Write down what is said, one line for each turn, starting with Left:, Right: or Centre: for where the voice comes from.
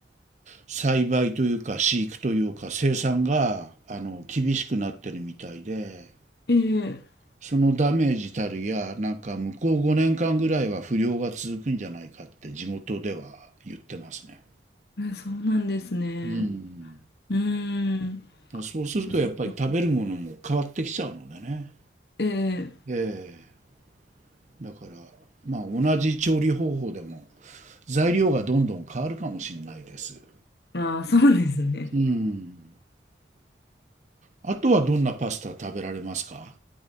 Right: 栽培というか飼育というか生産があの厳しくなってるみたいで
Left: ええ
Right: そのダメージたるやなんか向こう5年間ぐらいは不良が続くんじゃないかって地元では言ってますね。
Left: うんそうなんですね。
Right: うん、
Left: うーん。
Right: うん、そうするとやっぱり食べるものも変わってきちゃうのでね。
Left: そっかそっか。ええ
Right: ええだからまあ同じ調理方法でも材料がどんどん変わるかもしれないです。
Left: ああ、そうですね。
Right: うんあとはどんなパスタ食べられますか